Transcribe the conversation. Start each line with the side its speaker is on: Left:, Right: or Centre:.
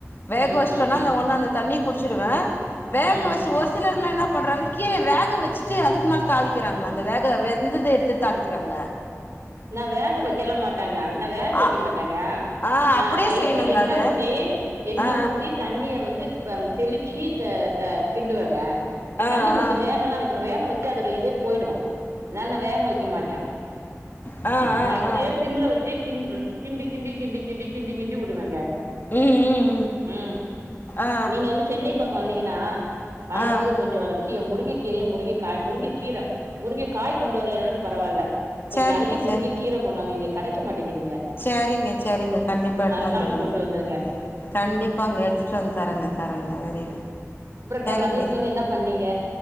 Left: வேக
Right: ம்
Left: வச்ட்டோனா
Right: ம் ம்
Left: அந்த ஒன்னு அந்த தண்ணி குடிச்சுடுவன் வேக
Right: ம்
Left: வச்சு ஒரு த்துலருந்து என்ன பண்றாங்க கீரய வேக வச்சுட்டு அதுக்கு மேல தாளிக்கிறாங்க அந்த வேக வெந்தத எடுத்து தாளிக் கிறாங்க
Right: நா வேக வைக்கலா மாட்டங்க நா வேக வக்க
Left: ஆ
Right: மாட்டாங்க
Left: ஆ
Right: நா
Left: அப்டியே
Right: லைட்டா
Left: செய்யணுங்க
Right: எண்ண
Left: அத
Right: ஊத்தி எண்ண
Left: ஆ
Right: ஊத்தி தண்ணியை வந்து ப தெளிச்சி த த கிண்டுவங்க நா
Left: ஆ ஆ
Right: தண்ணி ஊத்து
Left: ஆ
Right: வேகல்லா வைக்க ம வேகவச்சா அதோட இதே போய்டும் அதனால் நா வேக வைக்க மாட்டன்
Left: ஆ ஆ
Right: நா அப்டியே
Left: ஆ
Right: சிம்ள வச்சு கிண் ம் கிண்டி கிண்டி கிண்டி கிண்டி கிண்டி உடுவங்க
Left: ம் ம்
Right: ம்
Left: ஆ
Right: நீங்க வந்து சென்னை பக்கம் வந்தீங்கன்னா வரும்போது
Left: ஆ
Right: கொஞ்சோ கீ முருங்கை கீரையும் முருங்க காய் முருங்க கீரை முருங்கை காய் கொண்டு வரலனாலு பரவால்ல கொஞ்சோ
Left: சேரிங்க
Right: நெறைய முருங்கை
Left: சார்
Right: கீர கொண்டாங்க இங்க கெடைக்க மாட்டேங்குதுங்க
Left: சேரிங்க சேரிங்க கண்டிப்பா எடுத்துனு
Right: மறக்காம
Left: வந்துரங்க
Right: கொண்டு வந்துருங்க
Left: கண்டிப்பா அங்க எடுத்துட்டு வந்து தரங்க தரங்க வெரி குட்
Right: அப்பறோ
Left: சரிங்க
Right: மதியத்துல இருந்து என்ன பண்ணீங்க